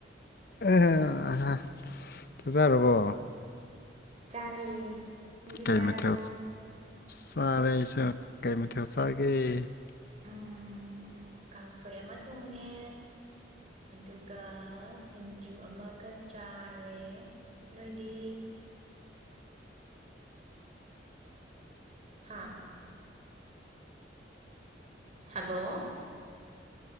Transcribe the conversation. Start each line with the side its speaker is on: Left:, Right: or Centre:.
Left: ꯑꯦ ꯑꯥ ꯊꯖꯥꯔꯕꯣ
Right: ꯆꯥꯔꯦ ꯅꯣꯏꯗꯤ
Left: ꯀꯩ
Right: ꯆꯥꯔꯕꯣ
Left: ꯃꯊꯦꯜ ꯆꯥꯔꯦ ꯑꯩꯁꯨ ꯀꯩ ꯃꯊꯦꯜ ꯆꯥꯒꯦ <inaudible>
Right: ꯎꯝ ꯀꯥꯡꯁꯣꯏ ꯑꯃ ꯊꯣꯡꯉꯦ ꯑꯗꯨꯒ ꯁꯤꯡꯖꯨ ꯑꯃꯒ ꯆꯥꯔꯦ ꯅꯣꯏꯗꯤ ꯍꯥꯥ ꯍꯜꯂꯣ